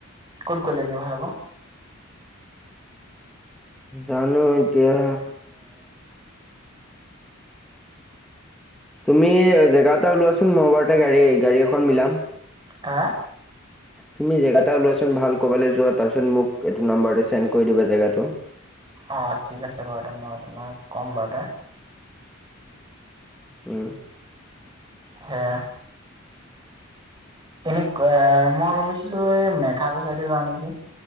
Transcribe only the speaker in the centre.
জানো এতিয়া তুমি জেগা এটা উলোৱা চোন, মই বাৰুতে গাড়ী এখন মিলাম।
তুমি জেগা এটা উলোৱা চোন। ভাল কৰবিলৈ যোৱা। তাৰপিছত মোক এইটো নম্বৰ চেণ্ড কৰি দিবা, যেগাতো।
উম।